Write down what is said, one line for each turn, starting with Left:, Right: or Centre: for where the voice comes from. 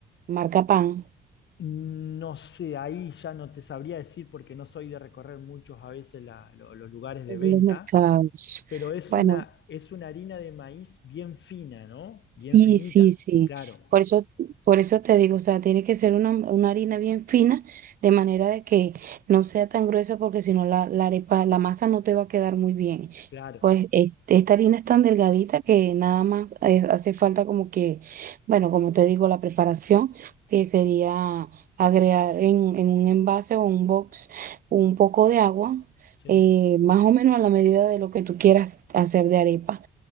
Right: marca pan,
Left: No sé, ahí ya no te sabría decir porque no soy de recorrer muchos a veces la- lo- los lugares de
Right: en
Left: venta,
Right: los mercados.
Left: pero es
Right: Bueno,
Left: una, es una harina de maíz bien fina, ¿no? Bien
Right: Sí,
Left: finita,
Right: sí, sí.
Left: claro,
Right: Por eso, por eso te digo, o sea, tiene que ser una, una harina bien fina, de manera de que no sea tan gruesa, porque si no la, la arepa, la masa no te va a quedar muy bien.
Left: claro,
Right: Pues e- esta harina es tan delgadita que nada más eh, hace falta como que, bueno, como te digo, la preparación, que sería agregar en, en un envase o un box un poco de agua,
Left: sí,
Right: eh, más o menos a la medida de lo que tú quieras hacer de arepa